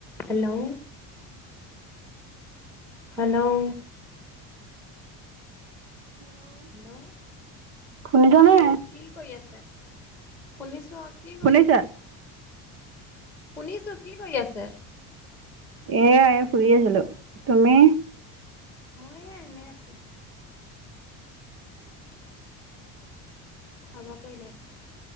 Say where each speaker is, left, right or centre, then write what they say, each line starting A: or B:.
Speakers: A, in the centre; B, on the right (about 40°).
A: Hello hello hello
B: শুনিছানে?
A: আহ কি কৰি আছে? শুনিছে? কি কৰি
B: শুনিছা?
A: আছে? শুনিছো, কি কৰি আছে?
B: এয়া ফুৰি আছিলো। তুমি?
A: মইয়ে এনে আছো। খোৱা বোৱা কৰিলা?